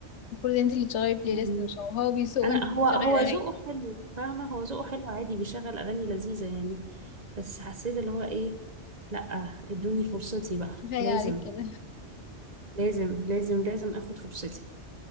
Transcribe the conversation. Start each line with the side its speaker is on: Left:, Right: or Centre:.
Left: المفروض انت اللي تشغلي بلاي
Right: يعني
Left: ليست مش هو هو بيسوق وانت
Right: انا
Left: اللي
Right: هو
Left: بتشغلي
Right: هو ذوقه
Left: اغاني
Right: حلو فاهمة هو ذوقه حلو عادي بيشغل اغاني لذيذة يعني بس حسيت اللي هو ايه لأ ادوني فرصتي بقى
Left: كفايه
Right: لازم
Left: عليك كده
Right: لازم لازم لازم اخد فرصتي